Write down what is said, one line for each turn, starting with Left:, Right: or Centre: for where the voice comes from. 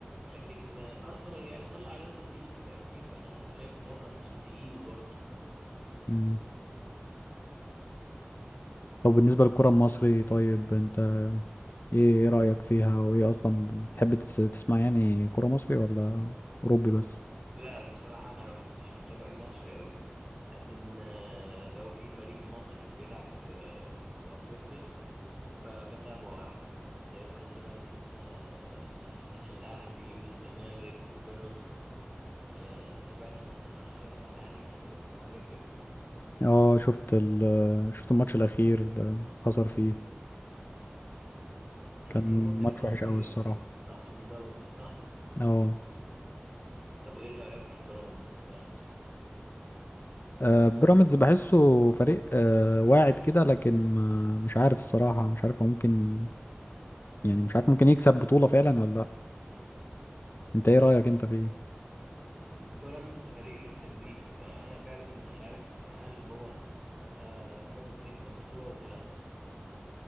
Centre: لكن آه، أرسنال يعني طلع ريال مدريد فاهمني فأنا شايف إن هو كان تقيل برضه
Left: مم. طب بالنسبة للكرة المصري طيب انت ايه ايه رأيك فيها وايه اصلا بتحب تس- تسمع يعني كرة مصري ولا اوروبي بس
Centre: لا بصراحة أنا مش متابع مصري أوي لكن آه، لو في فريق مصري بيلعب في في أفريقيا ب- بتابعه عادي زي مثلا آه، الأهلي والزمالك وبيراميدز آه، أنت تابعت الماتشات الأخيرة بتاع الأهلي في في أفريقيا
Left: اه شفت ال شفت الماتش الاخير اللي خسر فيه
Centre: شفت
Left: كان
Centre: الماتش
Left: ماتش
Centre: الأخير
Left: وحش قوي الصراحة
Centre: بتاع صن داونز صح؟
Left: اه
Centre: طب وايه رأيك في بيراميدز بقى؟
Left: آه، بيراميدز بحسه فريق آه، واعد كده لكن ما مش عارف الصراحة مش عارف هو ممكن ي- يعني مش عارف ممكن يكسب بطولة فعلا ولا لا انت ايه رأيك انت في ايه
Centre: بيراميدز فريق لسه جديد فأنا فعلا مش عارف هل هو آه ممكن يكسب بطولة ولا لأ